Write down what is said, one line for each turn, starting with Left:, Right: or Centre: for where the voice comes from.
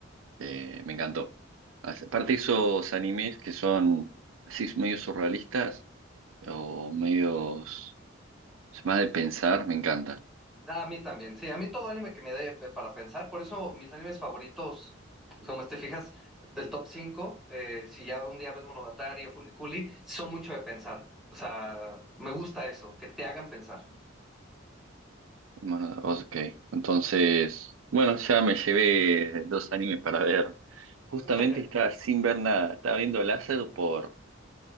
Right: Eh, me encantó. As- Aparte esos animes que son así medio surrealistas o medios más de pensar, me encantan.
Centre: Ah, A mí también, sí, a mí todo anime que me dé pe- para pensar, por eso mis animes favoritos, como te fijas, del top cinco eh, si ya un día ves Monogatari o Fuliculi, son mucho de pensar, o sea, me gusta eso, que te hagan pensar.
Right: Bueno, ok. Entonces, bueno, ya me llevé dos animes para ver. Justamente
Centre: <laughs>
Right: estaba sin ver nada, estaba viendo Láser por,